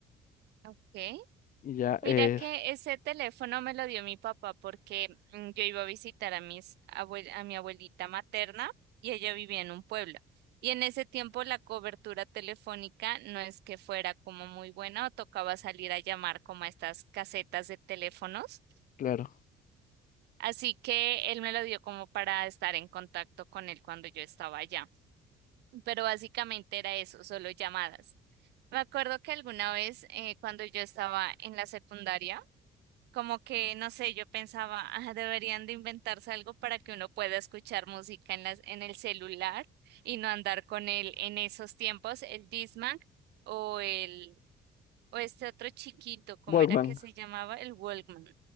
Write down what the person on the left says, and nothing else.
Y Ya
es,
claro.
Walkman,